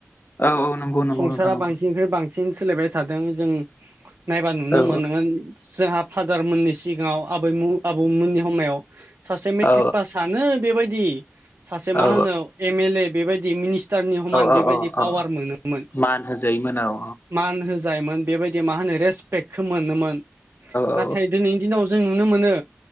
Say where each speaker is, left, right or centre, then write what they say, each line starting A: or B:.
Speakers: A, on the left; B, on the right.
A: औ नंगौ नंगौ
B: संसारा
A: नोंथां नंगौ
B: बांसिननिफ्राय बां सिन सोलायबाय थादों जों नायबा नुनो
A: औ
B: मोनोन जोंहा फादारमोननि सिगाङाव आबै मु आबौमोननि समायाव सासे मेट्रिक
A: औ
B: पास बेबायदि सासे मा
A: औ
B: होनो एम एल ए बेबायदि मिनि टारनि हमान बेबायदि
A: औ औ
B: पावार
A: औ
B: मोनोमोन
A: मान होजायोमोन औ औ
B: मान होजायोमोन बेबायदि मा होनो रेसपेक्टखौ मोनोमोन नाथाय
A: औ
B: दिनैनि दिनाव जों नुनो मोनो